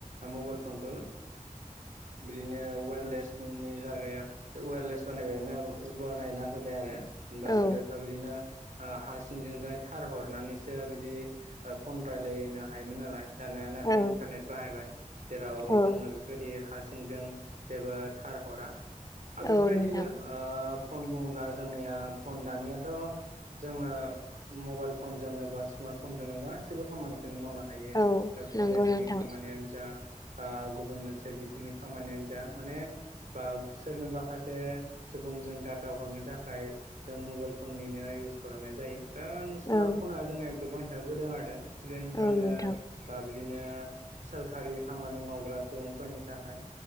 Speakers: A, on the right; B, on the left.
A: मबाइल फनखौ बिदिनो वेरलेसनि जागायाव वारलेस बानायबायनो बानायना होबाय आरो बा
B: औ
A: गोदोथ' बिदि बिदिनो ओ हा सिंजोंजाय थार हरनानैसो बिदि ओ फन रायलायनो हायोमोन नालाय दाना नाथाय
B: औ
A: इनथारनेट बाहायबाय जेराव
B: औ
A: जोङो बेफोरबायदि हा सिंजों जेबो थार हरा आरो बेफोरबायदिनो
B: औ नोंथां
A: ओ फन बुङोब्ला जोंनिया फन दानियाथ' जोङो मबाइल फनजोंनो बा स्मार्ट फनजोंनो गासैबो खामानिखौनो मावनो हायो
B: औ
A: कलेजनि
B: नंगौ नोंथां
A: खामानियानो जा बा गुबुन मोनसे बिथिंनि खामानियानो जा माने बा सोरनोबा माखासे सुबुंजों डाटा हरनो थाखाय जों मबाइल फननिनो इउस खालामनाय जायो दा स्मार्ट
B: औ
A: फना जोंनो गोबां हेल्प होदों आरो स्टुडेन्टफोरनो
B: औ नोंथां
A: बा बिदिनो सोरखारि खामानि मावग्रा सुबुंफोरनि थाखाय